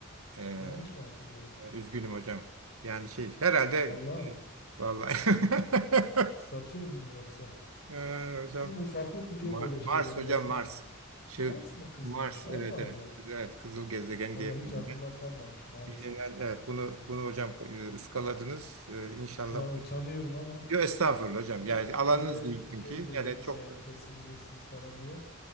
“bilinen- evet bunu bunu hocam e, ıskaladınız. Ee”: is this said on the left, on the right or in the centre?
Right